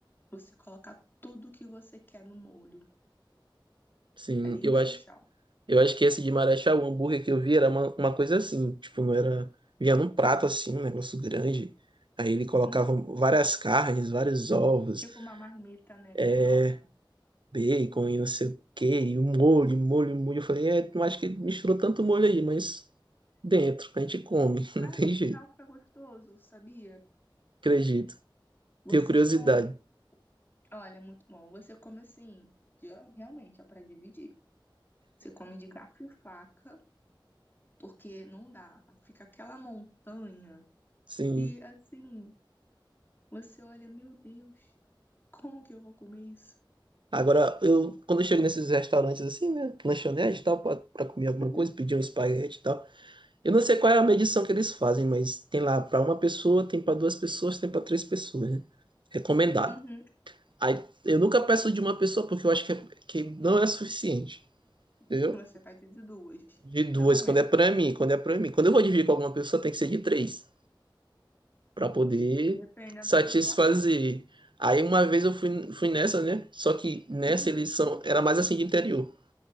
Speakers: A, on the left; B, on the right.
A: você coloca tudo que você quer no molho,
B: sim,
A: ali em
B: eu
A: Marechal.
B: acho, eu acho que esse de Marechal, o hambúrguer que eu vi era uma, uma coisa assim, tipo, não era, vinha num prato assim, um negócio grande, aí ele colocava
A: Hum,
B: várias carnes, vários ovos,
A: tipo uma marmita, né, grandona.
B: é, bacon e não sei o quê, e o molho, um molho, um molho, eu falei, é, não acho que misturou tanto molho aí, mas dentro, a gente come, <laughs> não
A: Mas
B: tem
A: no
B: jeito,
A: final fica gostoso, sabia?
B: acredito,
A: Você
B: tenho curiosidade,
A: come, olha, é muito bom. Você come assim, de- realmente é para dividir. Você come de garfo e faca, porque não dá. Fica aquela montanha
B: sim.
A: e assim, você olha, meu Deus, como que eu vou comer isso?
B: Agora, eu, quando eu chego nesses restaurantes assim, né, lanchonete e tal, pra, pra comer alguma
A: Uhum,
B: coisa, pedir um espaguete e tal, Eu não sei qual é a medição que eles fazem, mas tem lá para uma pessoa, tem para duas pessoas, tem para três pessoas, né? Recomendado.
A: uhum.
B: Aí, eu nunca peço de uma pessoa porque eu acho que, é- que não é suficiente, entendeu?
A: <laughs> Você vai ter de duas,
B: De duas,
A: pelo menos.
B: quando é para mim, quando é para mim. Quando eu vou dividir com alguma pessoa, tem que ser de três, para poder
A: Dependendo
B: satisfazer.
A: da pessoa, quatro.
B: Aí uma vez eu fui, fui nessa, né? Só que nessa
A: Uhum,
B: eles são, era mais assim de interior.